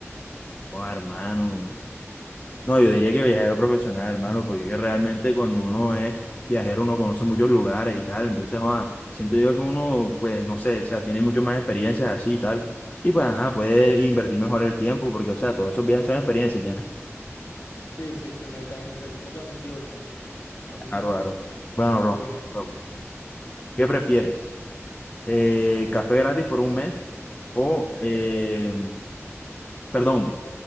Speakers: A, on the left; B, on the left.
A: Oh, hermano. No, yo diría que viajero profesional, hermano, porque es que realmente cuando uno es viajero uno conoce muchos lugares y tal, entonces, ah, siento yo que uno, pues, no sé, o sea, tiene mucho más experiencias así y tal, y pues, ajá, puede invertir mejor el tiempo, porque, o sea, todos esos viajes son experiencias ya.
B: Sí, sí, sí, no, yo también, pre- yo también digo lo mismo. A mí
A: Claro, claro. Bueno,
B: también
A: bro,
B: voy en esa.
A: bro, ¿qué prefieres? Eh, ¿café gratis por un mes? O, eh, perdón,